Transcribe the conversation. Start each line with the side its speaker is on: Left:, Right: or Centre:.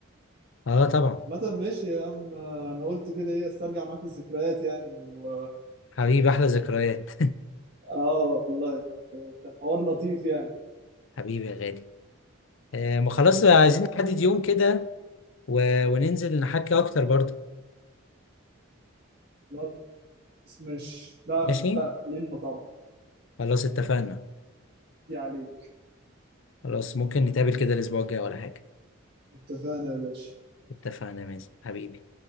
Left: اه طبعا
Right: مثلا ماشي يا عم انا قلت كده ايه استرجع معاك الذكريات يعني و
Left: حبيبي احلى ذكريات
Right: اه والله كان حوار لطيف يعني
Left: <laughs> حبيبي يا غالي آه ما خلاص عايزين نحدد يوم كده و... وننزل نحكي اكتر برضه
Right: خلاص ماشي لا
Left: ماشي
Right: لا لينا طبعا
Left: خلاص اتفقنا
Right: دي عليك
Left: خلاص ممكن نتقابل كده الاسبوع الجاي ولا حاجة
Right: اتفقنا يا باشا
Left: اتفقنا ماشي حبيبي